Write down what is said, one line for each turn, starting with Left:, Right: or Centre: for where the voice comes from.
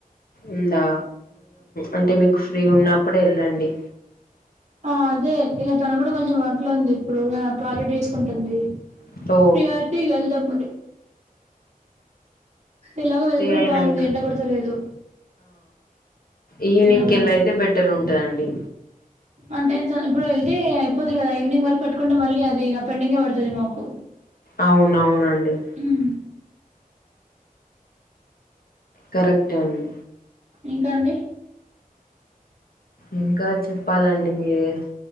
Left: ఉందా అంటే మీకు ఫ్రీ ఉన్నప్పుడు వెళ్ళండి
Right: ఆ అదే ఇగ తన కూడా కొంచెం వర్క్ లో ఉంది ఇప్పుడు ఇ ప్రాజెక్ట్ చేసుకుంటుంది
Left: సో
Right: ఫ్రీ అయితే ఇగ వెళ్దాం మరి ఎలాగో వెదర్
Left: ఫ్రీ
Right: కూడా
Left: అయినంక
Right: బాగుంది ఎండ కొడతలేదు
Left: ఈవినింగ్కెల్లయితే
Right: ఇంకా వెళ్ళాం
Left: బెటర్ ఉంటదండి
Right: అంటే చ ఇప్పుడు వెళ్తే అయిపొద్ది కదా ఈవినింగ్ వర్క్ పెట్టుకుంటే మళ్ళీ అది ఇగ పెండింగే పడుతది మాకు
Left: అవునవునండి
Right: హ్మ్,
Left: కరెక్టే అండి
Right: ఇంకా అండి
Left: ఇంకా చెప్పాలండి మీరే